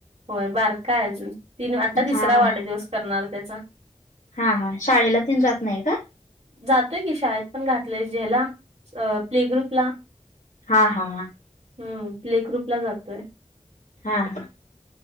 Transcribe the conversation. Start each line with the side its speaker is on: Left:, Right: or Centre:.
Right: होय बारका आहे अजून. तीन आता तिसरा
Left: हा हा
Right: वाढदिवस करणार त्याचा.
Left: हा हा शाळेला तीन जात नाही का?
Right: जातोय की शाळेत पण घातलंय ज्याला, अ प्ले ग्रुपला.
Left: हा हा हा.
Right: हम्म प्ले ग्रुपला जातोय.
Left: हा हा